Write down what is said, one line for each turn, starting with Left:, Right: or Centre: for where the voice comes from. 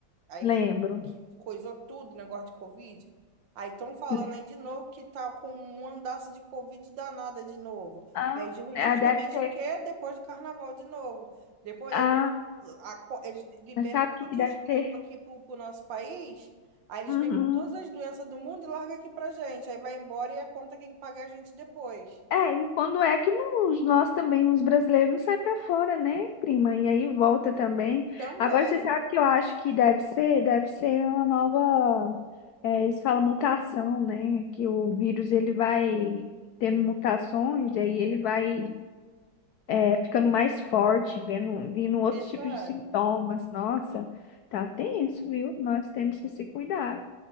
Right: Aí
Left: lembro.
Right: f- que coisou tudo, o negócio de Covid. Aí estão falando
Left: lembro.
Right: aí de novo que tá com um andaço de Covid danada de novo.
Left: Ah,
Right: E aí, ju-
Left: é,
Right: justamente
Left: deve ser.
Right: o quê? Depois do carnaval de novo. Depois
Left: Ah,
Right: eles, a co- eles liberam
Left: sabe
Right: todos
Left: o que que deve
Right: os gringos
Left: ser?
Right: aqui pro, pro nosso país. Aí eles
Left: Uhum.
Right: vêm com todas as doenças do mundo e larga aqui pra gente. Aí vai embora e a conta quem paga é a gente depois.
Left: É, e quando é que nos, nós também, os brasileiros, não sai para fora, né, prima? E aí volta também.
Right: Também.
Left: Agora, você sabe que eu acho que deve ser, deve ser uma nova, é, eles falam mutação, né? Que o vírus, ele vai tendo mutações, e aí ele vai, é, ficando mais forte, vendo, vindo outros
Right: Verdade.
Left: tipos de sintomas. Nossa, tá tenso, viu? Nós temos que se cuidar.